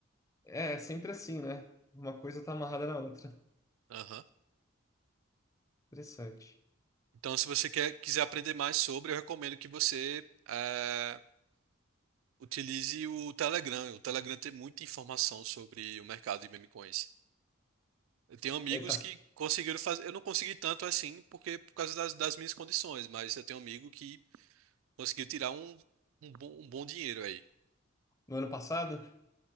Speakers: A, on the left; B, on the right.
A: É, sempre assim, né? Uma coisa tá amarrada na outra.
B: Aham.
A: Interessante.
B: Então, se você quer, quiser aprender mais sobre, eu recomendo que você eh, utilize o Telegram. O Telegram tem muita informação sobre o mercado de meme coins. Eu tenho amigos
A: É, tá
B: que conseguiram fazer. Eu não consegui tanto assim, porque por causa das, das minhas condições, mas eu tenho um amigo que conseguiu tirar um, um bom, um bom dinheiro aí.
A: no ano passado?